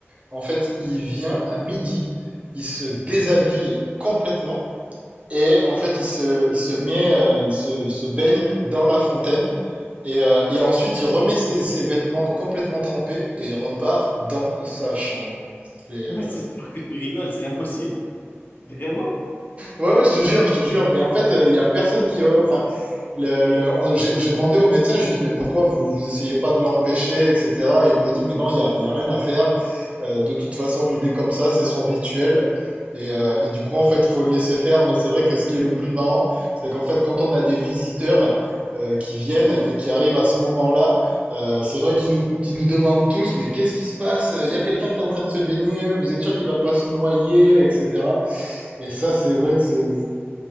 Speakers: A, on the right; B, on the left.
A: en fait, il vient à midi, il se déshabille complètement et en fait, il se, il se met, euh, il se, il se baigne dans la fontaine et, euh, et ensuite, il remet ses, ses vêtements complètement trempés et il repart dans sa chambre. C'est, euh,
B: Mais c'est sûr que tu rigoles, c'est impossible. Vraiment?
A: Ouais, ouais, je te jure, je te jure. Et en fait, euh, il y a personne qui, euh, enfin, Le, le- on- j'ai j'ai demandé au médecin, je lui ai dit, mais pourquoi vous vous essayez pas de l'empêcher, etc. Et il nous a dit, mais non, il y a, il y a rien à faire. Euh, de toute façon, il est comme ça, c'est son rituel. Et, euh, et du coup, en fait, faut le laisser faire. Mais c'est vrai que ce qui est le plus marrant, c'est qu'en fait, quand on a des visiteurs euh, qui viennent et qui arrivent à ce moment-là, euh, c'est vrai qu'ils nous, ils nous demandent tous, mais qu'est-ce qui se passe? Il y a quelqu'un qui est en train de se baigner, vous êtes sûr qu'il va pas se noyer, etc. Et ça, c'est vrai que c'est,